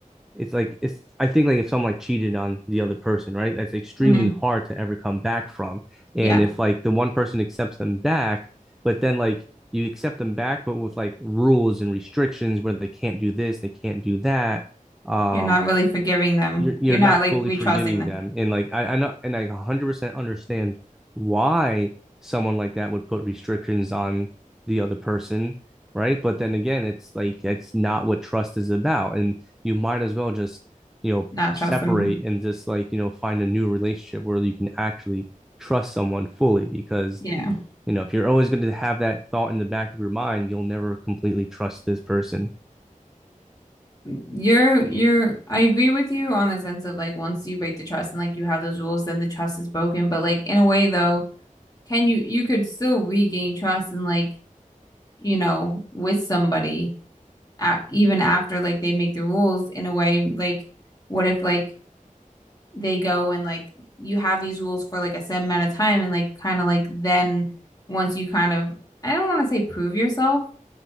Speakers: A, in the centre; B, on the left (about 25°).
A: it's like it's I think like if someone like cheated on the other person, right? That's extremely
B: hmm
A: hard to ever come back from. And
B: Yeah.
A: if like the one person accepts them back, but then like you accept them back, but with like rules and restrictions where they can't do this, they can't do that. Um,
B: You're not really forgiving them.
A: you're you're
B: You're not
A: not
B: like
A: fully
B: re
A: forgiving
B: trusting them.
A: them. And like I, I know and I 100% understand why someone like that would put restrictions on the other person, right? But then again, it's like it's not what trust is about. And you might as well just, you know,
B: Not
A: separate
B: trust them.
A: and just like, you know, find a new relationship where you can actually trust someone fully because
B: Yeah.
A: you know, if you're always going to have that thought in the back of your mind, you'll never completely trust this person.
B: You're you're I agree with you on the sense of like once you break the trust and like you have those rules, then the trust is broken. But like in a way though, can you you could still regain trust and like, you know, with somebody a even after like they make the rules in a way like what if like they go and like you have these rules for like a set amount of time and like kind of like then once you kind of I don't want to say prove yourself